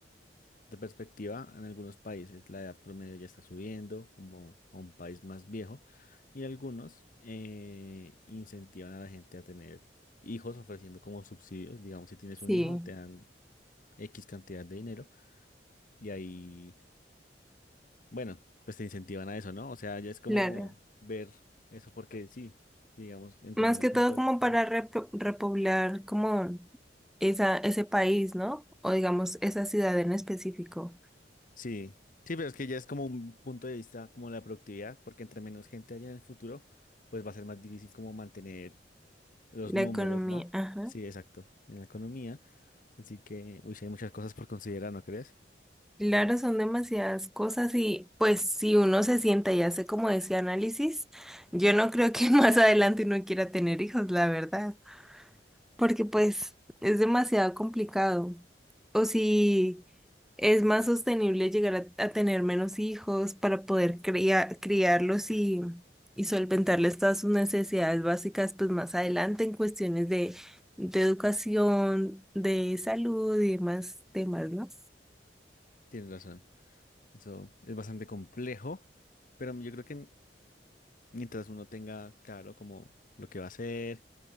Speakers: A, on the left (about 50°); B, in the centre.
A: De perspectiva, en algunos países la edad promedio ya está subiendo, como a un país más viejo, y algunos eh, incentivan a la gente a tener hijos ofreciendo como subsidios. Digamos, si tienes
B: sí,
A: un hijo, te dan X cantidad de dinero y ahí, bueno, pues te incentivan a eso, ¿no? O sea, ya es como
B: claro.
A: ver eso porque sí, digamos, entre
B: Más
A: menos
B: que todo
A: contagio.
B: como para repo- repoblar como esa, ese país, ¿no? O digamos, esa ciudad en específico,
A: Sí, sí, pero es que ya es como un punto de vista como la productividad, porque entre menos gente haya en el futuro, pues va a ser más difícil como mantener los
B: la
A: números,
B: economía,
A: ¿no?
B: ajá.
A: Sí, exacto, en la economía. Así que, uy, sí, hay muchas cosas por considerar, ¿no crees?
B: Claro, son demasiadas cosas y pues si uno se sienta y hace como ese análisis, yo no creo que <laughs> más adelante uno quiera tener hijos, la verdad. porque pues es demasiado complicado. O si es más sostenible llegar a, a tener menos hijos para poder cría- criarlos y, y solventarles todas sus necesidades básicas, pues más adelante en cuestiones de, de educación, de salud y demás temas, ¿no?
A: Tienes razón. Eso es bastante complejo, pero yo creo que mientras uno tenga claro como lo que va a hacer